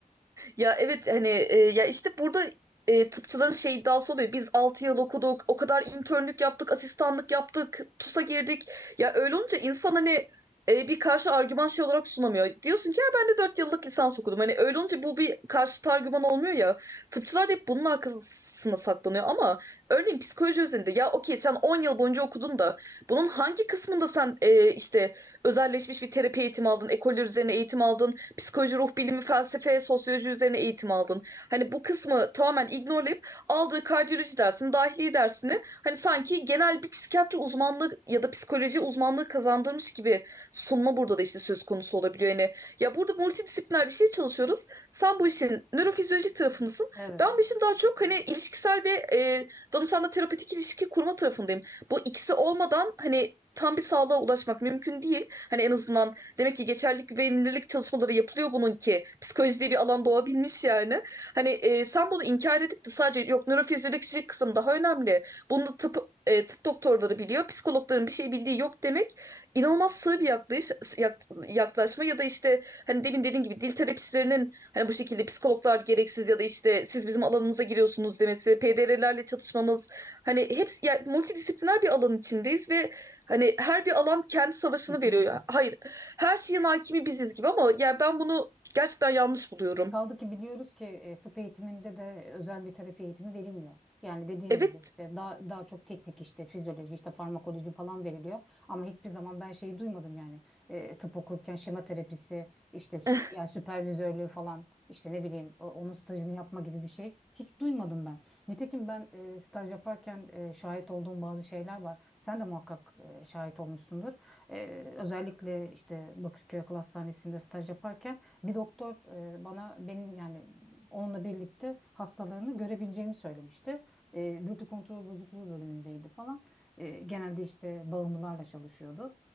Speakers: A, on the right (about 20°); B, in the centre.
A: Ya evet hani e, ya işte burada e, tıpçıların şey iddiası oluyor. Biz 6 yıl okuduk, o kadar internlük yaptık, asistanlık yaptık, TUS'a girdik. Ya öyle olunca insan hani e, bir karşı argüman şey olarak sunamıyor. Diyorsun ki ya ben de 4 yıllık lisans okudum. Hani öyle olunca bu bir karşı argüman olmuyor ya. Tıpçılar da hep bunun arkasına saklanıyor ama örneğin psikoloji üzerinde ya okey sen 10 yıl boyunca okudun da bunun hangi kısmında sen e, işte özelleşmiş bir terapi eğitimi aldın, ekoller üzerine eğitim aldın, psikoloji, ruh bilimi, felsefe, sosyoloji üzerine eğitim aldın. Hani bu kısmı tamamen ignorlayıp aldığı kardiyoloji dersini, dahiliye dersini hani sanki genel bir psikiyatri uzmanlığı ya da psikoloji uzmanlığı kazandırmış gibi sunma burada da işte söz konusu olabiliyor. Yani ya burada multidisipliner bir şey çalışıyoruz. Sen bu işin nörofizyolojik tarafındasın.
B: Evet,
A: Ben bu işin daha çok hani ilişkisel ve e, danışanla terapetik ilişki kurma tarafındayım. Bu ikisi olmadan hani tam bir sağlığa ulaşmak mümkün değil. Hani en azından Demek ki geçerlilik güvenilirlik çalışmaları yapılıyor bunun ki. Psikoloji diye bir alan doğabilmiş yani. Hani e, sen bunu inkar edip de sadece yok nörofizyolojik kısım daha önemli. Bunu da tıp, e, tıp doktorları biliyor. Psikologların bir şey bildiği yok demek inanılmaz sığ bir yaklayış, yak- yaklaşma ya da işte hani demin dediğin gibi dil terapistlerinin hani bu şekilde psikologlar gereksiz ya da işte siz bizim alanımıza giriyorsunuz demesi, PDR'lerle çatışmamız hani hepsi yani multidisipliner bir alan içindeyiz ve hani her bir alan kendi savaşını
B: kesinlikle.
A: veriyor. Hayır her şeyin hakimi biziz gibi ama yani ben bunu gerçekten yanlış buluyorum.
B: Kaldı ki biliyoruz ki e, tıp eğitiminde de özel bir terapi eğitimi verilmiyor. Yani dediğin
A: Evet.
B: gibi işte daha daha çok teknik işte fizyoloji işte farmakoloji falan veriliyor. Ama hiçbir zaman ben şeyi duymadım yani E, tıp okurken şema terapisi işte sü-
A: <laughs>
B: yani süpervizörlüğü falan işte ne bileyim o- onun stajını yapma gibi bir şey hiç duymadım ben. Nitekim ben e, staj yaparken e, şahit olduğum bazı şeyler var. Sen de muhakkak e, şahit olmuşsundur. E, özellikle işte Bakırköy Akıl Hastanesi'nde staj yaparken bir doktor e, bana benim yani onunla birlikte hastalarını görebileceğimi söylemişti. E, dürtü kontrol bozukluğu bölümündeydi falan. E, genelde işte bağımlılarla çalışıyordu.